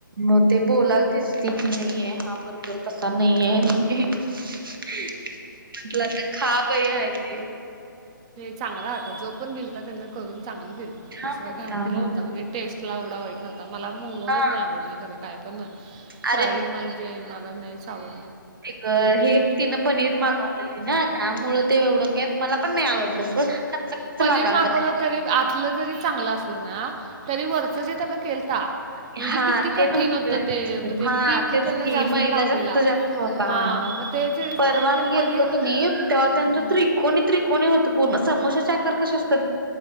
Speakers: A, on the right; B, on the right.
A: मग ते बोलाला दिसती की नाहीये हा भरपूर तसा नाहीये म्हटलं आता खा पही ह ते
B: चांगला होता जो पण दिल त्यांना करून चांगलं दिल
A: छान
B: असं काही
A: होता
B: घण दिलं
A: हो
B: नव्हता म्हणजे टेस्ट ला एवढा वाईट नव्हता मला मोमोजच
A: हा
B: नाही आवडली खरं काय पण म्हण फ्राईड
A: अरे
B: म्हणजे म नाही साव
A: त हे तिनं पनीर मागवलेली ना त्यामु ते एवढं मला पण नाही आवडलं स कच्च कच्च
B: पनीर
A: लागाल
B: मागवलं तरी आतलं जरी चांगलं असलं ना तरी वरचं जे त्यांना केलता म्हणजे
A: हा
B: किती
A: ते
B: कठीण
A: नकते
B: होतं ते म्हणजे
A: हा
B: पीठ
A: तेच
B: त्यानं
A: क
B: जास्त
A: मैदा
B: लावलेला
A: जास्त जास्त ह
B: हा मग ते जे
A: परवा
B: आहे ते
A: मी गेलतो
B: पनीर
A: की नाही तेव्हा त्यांच
B: हम्म
A: त्रिक कोणीतरी कोणी होतं पूण समोश्याचे आकार कसे असतात